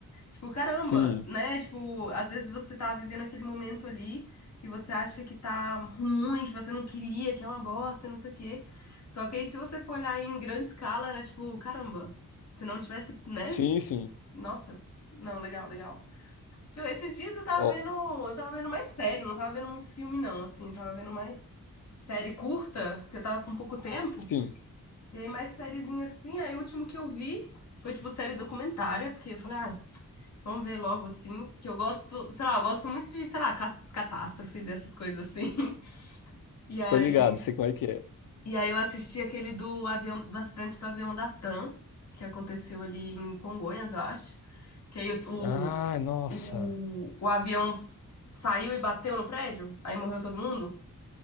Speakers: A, on the left; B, on the left.
A: Tipo, caramba,
B: sim,
A: né? Tipo, às vezes você tá vivendo aquele momento ali e você acha que tá ruim, que você não queria, que é uma bosta, não sei o quê. Só que aí, se você for olhar em grande escala, era tipo, caramba, se não tivesse, né?
B: sim, sim.
A: Nossa, não, legal, legal. Tipo, esses dias eu tava
B: Ó,
A: vendo, eu tava vendo mais série, não tava vendo muito filme, não, assim, eu tava vendo mais série curta, porque eu tava com pouco tempo.
B: sim.
A: E aí, mais sériezinha assim, aí o último que eu vi foi, tipo, série documentária, porque eu falei, ah, Vamos ver logo, assim, que eu gosto, sei lá, eu gosto muito de, sei lá, cas- catástrofes e essas coisas assim. <laughs> E aí,
B: Tô ligado, sei como é que é.
A: e aí eu assisti aquele do avião, do acidente do avião da TAM, que aconteceu ali em Congonhas, eu acho. Que aí o,
B: Ah, nossa.
A: o, o avião saiu e bateu no prédio, aí morreu todo mundo.